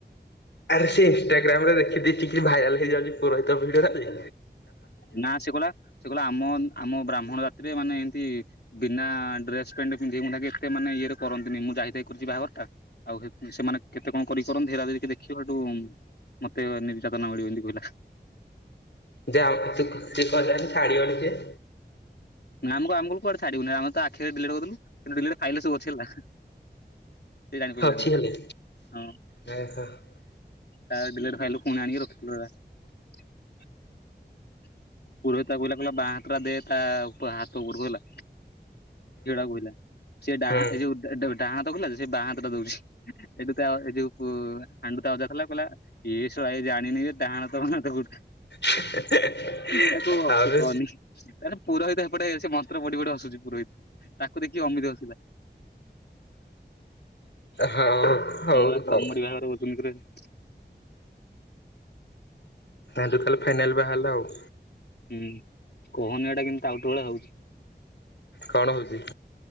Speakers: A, on the left (about 85°); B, on the left (about 65°).
A: ଆରେ ସେ ଇଷ୍ଟାଗ୍ରାମ ରେ ଦେଖିଦେଇ ଚିକି ଭାଇରାଲ ହେଇଯାଉଚି ପୁରହିତ ଭିଡିଓ ଟାବି।
B: ନା ସେ କୋଲା ସେ କହିଲା ଆମ ଆମ ବ୍ରାହ୍ମଣ ଜାତିରେ ମାନେ ଏନ୍ତି ବିନା ଡ୍ରେସ ପେଣ୍ଟ ପିନ୍ଧି ପୁନ୍ଧାକି ଏତେ ମାନେ ଇଏ ରେ କରନ୍ତିନି, ମୁଁ ଯାଇତାଇକି କରଚି ବାହାଘରଟା। ଆଉ କେତେ ସେମାନେ କେତେ କଣ କରି କରନ୍ତି, ହେରା ଯଦି କିଏ ଦେଖିବ ହେଠୁ ମତେ ନିର୍ଯାତନା ମିଳିବ ଏମିତି କହିଲା।
A: ଯା ଅତୁକ୍ତି କହିଲେ ହେଲେ ଛାଡିବନି ସିଏ।
B: ନାଁ ଆମକୁ ଆମକୁ କୁଆଡେ ଛାଡ଼ିବୁନି, ଆମେ ତ ଆଖି ରେ ଡିଲେଟ କରିଦେଲୁ, ଡିଲେଟ ଫାଇଲିରେ ସବୁଅଛି ହେଲା। ସେ ଜାଣିପାରିଲାନି
A: ଅଛି ହେଲେ
B: ହଁ।
A: ହୁଁ
B: ତା ପରେ ଡିଲେଟ ଫାଇଲରୁ ଫୁଣି ଆଣିକି ରଖଥିଲୁ <unintelligible> ପୁର ତା କହିଲା ତା ବା ହାତ ଦେ ତା ହାତ ଝଡା କ ହେିଲା ସେ ଡାହା
A: ହୁଁ
B: ଯଉ <unintelligible> ଡା ହାତ କହିଲା ସେ ବାଁ ହାତ ଟା ଦଉଛି ଏ ଯଉଟା କହିଲା। ଏଇଏସାଇ ଜାଣିନି ବାଁ ହାତ ମ ତ ଗୋଟେ <unintelligible>
A: <unintelligible>
B: ତା କହ
A: ଆବେ
B: ସେ କହନି ତାଲେ ପୁରା ହେଇଥା <unintelligible> ଏପଟେ ସେ ମନ୍ତ୍ର ପଢ଼ି ପଢ଼ି ହସୁଛି ପୁରହିତ ତାଙ୍କୁ ଦେଖିକି ଅମିିତ ହସିଲା।
A: ହଉ ହଉ
B: ହଁ ପା କମେଡି
A: ହଉ
B: ବାହାଘର <unintelligible>
A: <unintelligible> ଫାଇନାଲ୍ ବାହା ହେଲା ଆଉ।
B: ହୁଁ କୁହନହିଁ ଏଇଟା କିମିତି ପାଗଳ ହେଉଛି।
A: କଣ ହଉଛି?